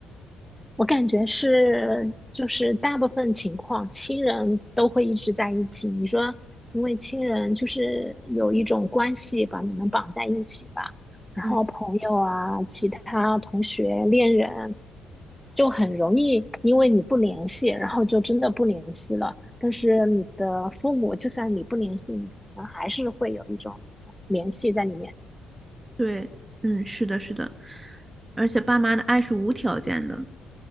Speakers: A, in the centre; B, on the right.
A: 我感觉是，就是大部分情况，亲人都会一直在一起。你说，因为亲人就是有一种关系把你们绑在一起吧，然后朋友啊、
B: 嗯，
A: 其他同学、恋人就很容易因为你不联系，然后就真的不联系了。但是你的父母，就算你不联系，你可能还是会有一种联系在里面。
B: 对，嗯，是的，是的，而且爸妈的爱是无条件的。